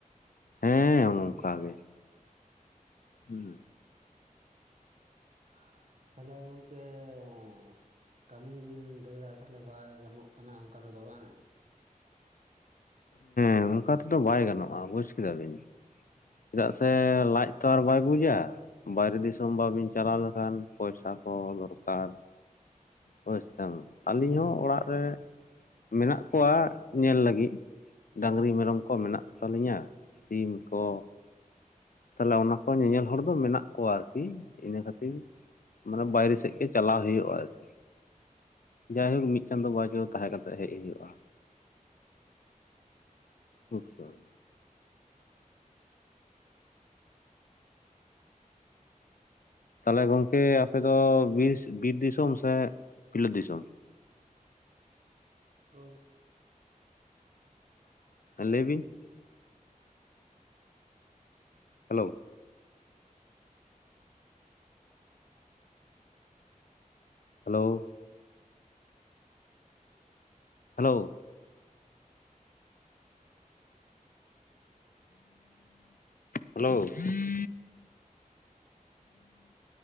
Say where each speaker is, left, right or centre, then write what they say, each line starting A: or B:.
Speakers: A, on the left (about 80°); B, on the right (about 55°).
A: ᱦᱮᱸ ᱚᱱᱼᱚᱱᱠᱟ ᱜᱮ, ᱦᱩᱸ᱾
B: <unintelligible> ᱛᱟᱦᱚᱞᱮ ᱜᱚᱝᱠᱮ ᱮᱸᱻᱦ, ᱠᱟᱹᱢᱤ ᱵᱤᱱ ᱫᱟᱹᱲᱼᱟ ᱛᱟᱦᱮᱞᱮ ᱵᱟᱭ ᱜᱟᱱᱚᱜ ᱠᱟᱱᱟ ᱚᱸᱠᱟ ᱛᱮᱫᱚ ᱵᱟᱝᱼᱟ?
A: ᱦᱮᱸ ᱚᱱᱠᱟ ᱛᱮᱫᱚ ᱵᱟᱭ ᱜᱟᱱᱚᱜᱼᱟ ᱵᱩᱡᱽ ᱠᱮᱫᱟ ᱵᱤᱱ᱾ ᱪᱮᱫᱟᱜ ᱥᱮ ᱞᱟᱡ ᱛᱚ ᱟᱨ ᱵᱟᱭ ᱵᱩᱡᱽᱼᱟ᱾ ᱵᱟᱭᱨᱮ ᱫᱤᱥᱚᱢ ᱵᱟᱹᱵᱤᱱ ᱪᱟᱞᱟᱣ ᱞᱮᱠᱷᱟᱱ, ᱯᱚᱭᱥᱟ ᱠᱚ ᱫᱚᱨᱠᱟᱨ᱾ ᱵᱩᱡᱽ ᱛᱟᱢ
B: ᱦᱮᱸ
A: ᱟᱹᱞᱤᱧ ᱦᱚᱸ ᱚᱲᱟᱜ
B: ᱦᱮᱸ
A: ᱨᱮ ᱢᱮᱱᱟᱜ ᱠᱚᱣᱟ ᱧᱮᱞ ᱞᱟᱹᱜᱤᱫ, ᱰᱟᱺᱜᱽᱨᱤ ᱢᱮᱨᱚᱢ ᱠᱚ ᱢᱮᱱᱟᱜ ᱠᱚ ᱛᱟᱹᱞᱤᱧᱟ, ᱥᱤᱢ ᱠᱚ ᱛᱟᱦᱮᱞᱮ ᱚᱱᱟ ᱠᱚ ᱧᱮᱧᱮᱞ ᱧᱮᱧᱮᱞ ᱦᱚᱲ ᱫᱚ ᱢᱮᱱᱟᱜ ᱠᱚᱣᱟ ᱟᱨᱠᱤ ᱤᱱᱟᱹ ᱠᱷᱟᱹᱛᱤᱨ ᱢᱟᱱᱮ ᱵᱟᱭᱨᱮ ᱥᱮᱫ ᱜᱮ ᱪᱟᱞᱟᱣ ᱦᱩᱭᱩᱜᱼᱟ ᱟᱨᱠᱤ, ᱡᱟᱭᱦᱩᱠ ᱢᱤᱫ ᱪᱟᱸᱫᱳ ᱵᱟᱨ ᱪᱟᱸᱫᱳ ᱛᱟᱦᱮᱸ ᱠᱟᱛᱮᱜ ᱦᱮᱜ ᱦᱩᱭᱩᱜᱼᱟ᱾ ᱛᱚᱛᱠᱟᱞ! ᱛᱟᱦᱚᱞᱮ ᱜᱚᱝᱠᱮ ᱟᱯᱮ ᱫᱚ ᱵᱤᱥ ᱵᱤᱨ ᱫᱤᱥᱚᱢ ᱥᱮᱸᱜ ᱯᱤᱞᱟᱹᱯ ᱫᱤᱥᱚᱢ?
B: ᱦᱚᱭ,
A: ᱦᱮᱸ ᱞᱟᱹᱭ ᱵᱤᱱ? Hello! Hello, hello hello <unintelligible>